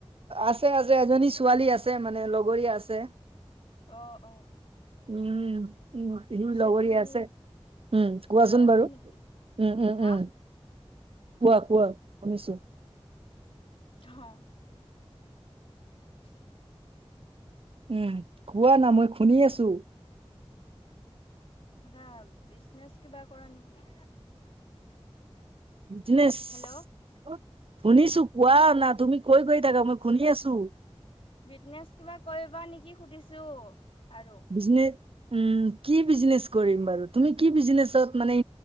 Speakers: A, on the right; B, on the left.
A: আছে আছে এজনী ছোৱালী আছে মানে লগৰীয়া আছে।
B: অ', অ'।
A: উম, উম। ইবোৰ
B: পিছে
A: লগৰীয়া
B: তুমি
A: আছে। উম, কোৱাচোন
B: অ হয়
A: বাৰু?
B: নেকি
A: উম, উম,
B: হা
A: উম। কোৱা কোৱা শুনিছো।
B: অ'। <inaudible>
A: উম, কোৱা না মই শুনি আছো।
B: বা বিজনেচ কিবা কৰা নেকি?
A: বিজনেচ?
B: হেল্ল'
A: শুনিছোঁ, কুৱা না তুমি কৈ গৈ থাকা মই শুনি আছোঁ।
B: বিজনেছ কিবা কৰিবা নেকি সুধিছোঁ আৰু?
A: বিজনে উম, কি বিজনেচ কৰিম বাৰু? তুমি কি বিজনেচত মানে